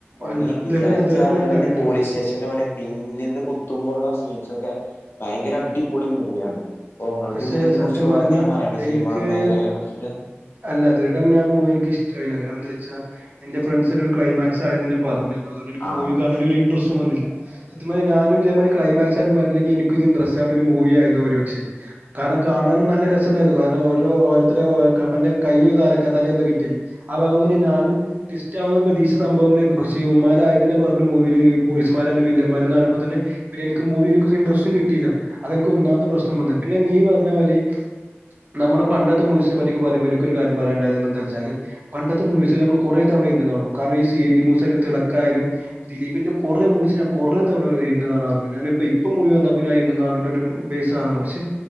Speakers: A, on the left; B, on the right.
A: ഓനി
B: അല്ല.
A: വിചാരിച്ച
B: ദൃഢൻ ദൃഢൻ
A: ആളുകൾന്നെ
B: ഞാൻ കണ്ടിട്ടുണ്ട്.
A: പോലീസ് സ്റ്റേഷനിൽ ഓനെ പിന്നന്ന് ത്തുമ്പോുള്ള സീൻസ് ഒക്കെ ഭയങ്കര അടിപൊളി മൂവിയാണ് ങ്ങൾക്ക്
B: പക്ഷെ
A: ഇതിതിനെ
B: സത്യം
A: കുറിച്ച് വേറെ
B: പറഞ്ഞാ
A: എന്തെങ്കും പറയാണ്ട സിനി
B: എനിക്ക്
A: മേഖലെ കുറിച്ചിട്ട്
B: അല്ല അതരിടം ഞാ മൂവി എനിക്ക്ഷ്ടല്ല കാരണം എന്താ വച്ചാ എന്റെ ഫ്രണ്ട്സിന്റെ ക്ലൈമാക്സ് ആദ്യം തന്നെ പറഞ്ഞുു അതൊ എനി മൂവി
A: ആഹ്
B: കാണാന ഒരു ഇൻറസ്റ്റ് വന്നില്ല സത്യ ഞാനും ഇതേതി ക്ലൈമാക്സ് ആരും പറഞ്ഞില്ലെങ്ക എനിക്ക ഇത് ഇൻ ഡ്രസ് ആാവണ്ട ഒരു മൂവ ആായിരുന്നു ഒരു പക്ഷെ കാരണം കാണാനും നല്ല രസംുണ്ടായിരുന്നു കാരണം ഓരോ ഓരോരു കപ്പന്റെ കയ്യോ ത കത്താലയോ ഒന്നും കിട്ടിയിേ ആ ഭാഗ ഞാനും വിസ്റ്റ് ആ പ്രതീക്ഷിച്ച സംഭവങ്ങളായിരുന്നു പക്ഷെമാരായ തന്നെ പറഞ്ഞുൂ പോലീസ്മാ മാരപ്പോന്നെ എനിക്ക് മൂവി ഇൻട്രസ്റ്റ കട്ടയി അത എനിക്ക് ഒന്നാത്തെ പ്രശ്നം വന്നട്ട് പിന്നെ നീ പറഞ്ഞ പോലെ നമ്മള് പണ്ടത്തെ മവിസിന പറ്റിൊെ പറയ്പോൾ എനൊ കാര്യണ്ടായത് എന്താ വച്ചാ പണ്ടത്തെ മൂവിീ നമ്മൾ കുറ തവണ കാണ കാരണം ഈ സി മൂ തിളക്കായാലും ദിലീപിന്റെ കൊറെ മൂസിന കൊറെ തവണ ഇരുന്ന കാണും ാനപ്പോ ഇപ്പോ മൂവി വന്നപ്പോഞ് ബ പക്ഷെ